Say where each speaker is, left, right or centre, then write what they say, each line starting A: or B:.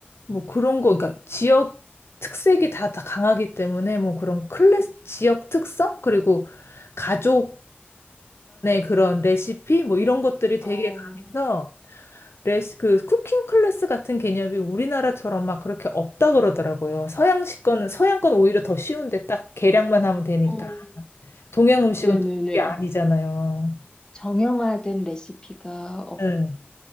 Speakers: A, on the left (about 85°); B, on the left (about 20°).
A: 뭐 그런 거, 그러니까 지역 특색이 다, 다 강하기 때문에 뭐 그런 클래스,
B: 음.
A: 지역 특성? 그리고 가족만의 그런 레시피? 뭐 이런 것들이 되게
B: 어,
A: 강해서 레시 그 쿠킹 클래스 같은 개념이 우리나라처럼 막 그렇게 없다 그러더라고요. 서양식 거는 서양 건 오히려 더 쉬운데 딱 계량만 하면 되니까
B: 어,
A: 동양 음식은
B: 네네네.
A: 또 그게 아니잖아요.
B: 정형화된 레시피가 없는
A: 네.